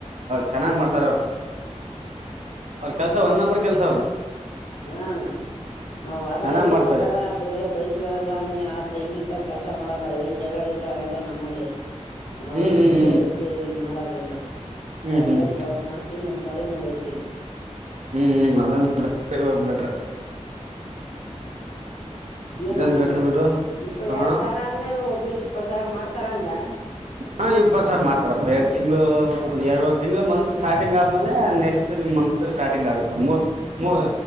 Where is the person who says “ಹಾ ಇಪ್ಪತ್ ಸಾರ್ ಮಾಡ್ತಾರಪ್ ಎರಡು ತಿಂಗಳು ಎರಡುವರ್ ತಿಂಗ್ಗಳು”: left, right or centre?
Right